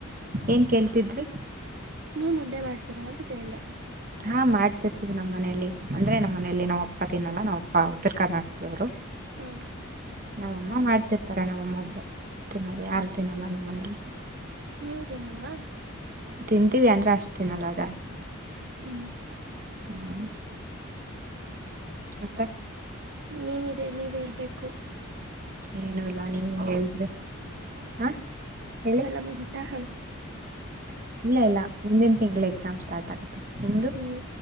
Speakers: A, on the right; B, on the right.
A: ಏನ್ ಕೇಳ್ತಿದ್ರಿ
B: ನೀವ್ ಮುದ್ದೆ ಮಾಡ್ತೀರಾ ಅಂತ ಕೇಳ್ದ
A: ಹಾ ಮಾಡ್ತಿರ್ತೀವಿ ನಮ್ಮ ಮನಲಿ ಅಂದ್ರೆ ನಮ್ಮ ಮನಲಿ ನಾವ್ಪ್ಪ ತಿನ್ನಲ್ಲ ನಾವ್ಪ್ಪ ಉತ್ತರ ಕರ್ನಾಟಕದವರು
B: ಹಾಂ
A: ನಮ್ಮಮ್ಮ ಮಾಡ್ತಿರ್ತಾರೆ ನಮ್ಮಮ್ಮ ಒಬ್ರ ತಿನ್ನೋರು ಯಾರು
B: ಹ್ಞೂ
A: ತಿನ್ನಲ್ಲ ನಮ್ಮ ಮನೇಲಿ
B: ನೀವು ತಿನಲ್ವಾ
A: ತಿಂತೀವಿ ಅಂದ್ರೆ ಅಷ್ಟು ತಿನಲ್ಲ ಜಾಸ್ತಿ
B: ಹ್ಮ್
A: ಹ್ಮ್ ಮತ್ತೆ
B: ನೀನಿದೆ ನೀವೇರ್ಬೇಕು
A: ಏನು ಇಲ್ಲಾ ನೀವ ಹೇಳಿದ್ರಿ ಹ ಹೇಳಿ
B: ಅ ಮುಗಿತ ಹಲ್ಕು
A: ಇಲ್ಲ ಇಲ್ಲ ಮುಂದಿನ ತಿಂಗಳು ಎಕ್ಸಾಮ್ ಸ್ಟಾರ್ಟ್ ಆಗುತ್ತೆ ನಿಮ್ದು
B: ಹ್ಮ್